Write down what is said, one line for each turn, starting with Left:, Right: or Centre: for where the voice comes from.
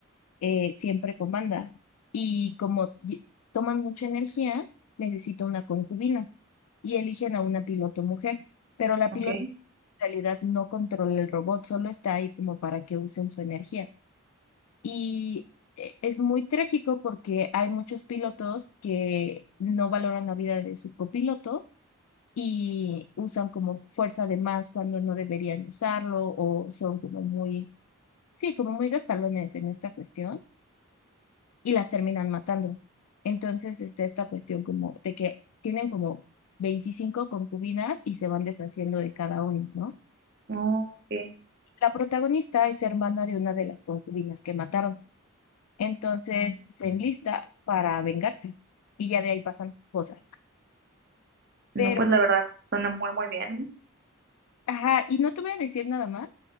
Left: eh, siempre comanda y como lle- toman mucha energía, necesita una concubina y eligen a una piloto mujer, pero la
Right: ok,
Left: piloto en realidad no controla el robot, solo está ahí como para que usen su energía. Y eh, es muy trágico porque hay muchos pilotos que no valoran la vida de su copiloto y usan como fuerza de más cuando no deberían usarlo o son como muy, sí, como muy gastalones en esta cuestión y las terminan matando. Entonces está esta cuestión como de que tienen como 25 concubinas y se van deshaciendo de cada uno, ¿no?
Right: ok.
Left: La protagonista es hermana de una de las concubinas que mataron. Entonces se enlista para vengarse y ya de ahí pasan cosas.
Right: No,
Left: Pero,
Right: pues la verdad suena muy, muy bien.
Left: ajá, y no te voy a decir nada más,